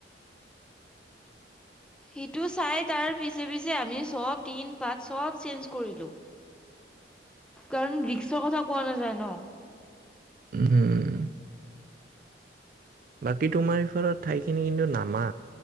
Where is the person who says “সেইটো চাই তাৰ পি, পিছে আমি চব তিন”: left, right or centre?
Centre